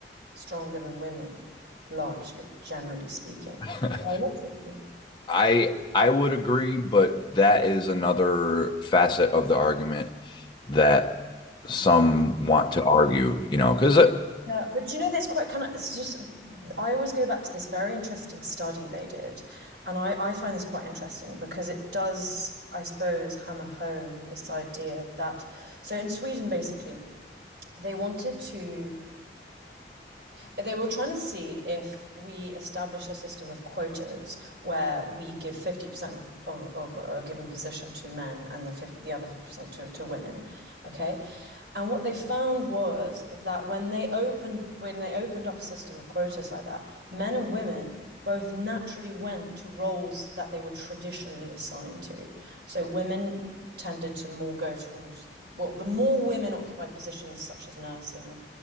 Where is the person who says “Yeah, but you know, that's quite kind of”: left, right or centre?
Right